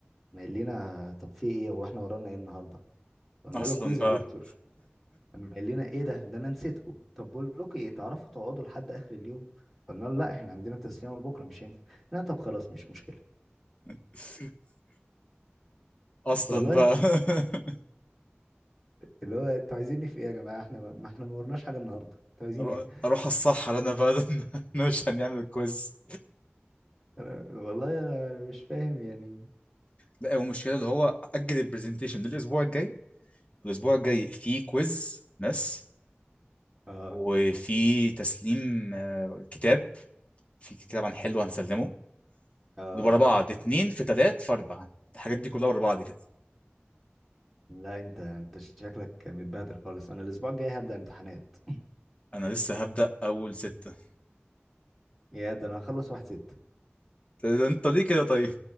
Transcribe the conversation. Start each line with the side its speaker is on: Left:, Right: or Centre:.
Centre: ما قال لنا طب في ايه هو احنا ورانا ايه النهاردة قلنا
Left: اصلا
Centre: له كويز
Left: بقى
Centre: يا دكتور اما قال لنا ايه ده ده انا نسيتكم طب بقول لكم ايه تعرفوا تقعدوا لحد اخر اليوم قلنا له لا احنا عندنا تسليمة بكرة مش هينفع لا طب خلاص مش مشكلة
Left: <laughs> اصلا
Centre: والله
Left: بقى
Centre: ب-
Left: <laughs>
Centre: اللي هو انتوا عايزيني في ايه يا جماعة احنا ما ما احنا ما ورناش حاجة النهاردة انتوا عايزين
Left: أرو-
Centre: ايه
Left: اروح الصحراء انا بقى <laughs> انا مش هنعمل الكويز
Centre: أنا... والله انا أنا مش فاهم يعني
Left: لا هو المشكله اللي هو اجل البرزنتيشن للاسبوع الجاي الاسبوع الجاي فيه كويز ماس
Centre: اه
Left: وفي تسليم آه، كتاب في كتاب عن حلو هنسلمه
Centre: اه
Left: ورا بعض اتنين في تلات في أربعة الحاجات دي كلها ورا بعض كده
Centre: لا انت انت شكلك متبهدل خالص انا الاسبوع الجاي هبدأ امتحانات
Left: أنا لسه هبدأ أول ستة
Centre: <laughs> يا ده انا هخلص واحد ست
Left: ده أنت ليه كده طيب؟